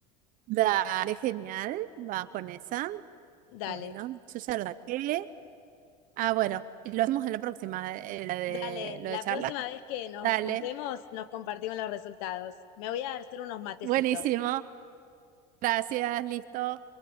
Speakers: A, on the right (about 50°); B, on the left (about 75°).
A: Dale, genial, va con esa.
B: Dale,
A: Bueno, yo ya lo saqué. Ah, bueno, y lo hacemos en la próxima, eh, la de
B: dale,
A: lo
B: la
A: de charla.
B: próxima vez que nos
A: Dale,
B: juntemos nos compartimos los resultados. Me voy a hacer unos matecitos.
A: buenísimo. Gracias, listo.